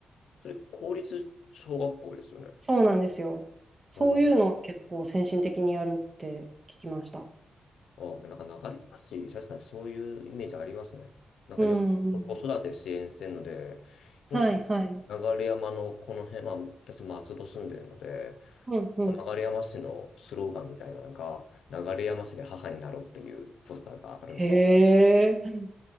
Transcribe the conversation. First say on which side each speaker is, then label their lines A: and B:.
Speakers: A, on the left (about 85°); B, on the right (about 30°).
A: それ、公立小学校ですよね。
B: そうなんですよ。そういうのを結構先進的にやるって聞きました。
A: ああああ、なんか流れ橋、確かにそういうイメージありますね。なんかよく子育て支援してるので、
B: うん、うん。
A: よく
B: はい、はい。
A: 流山のこの辺、まあ私松戸住んでるので、
B: うん、うん。
A: 流山市のスローガンみたいなのが、流山市で母になろうっていうポスターがあるんで、
B: へえ。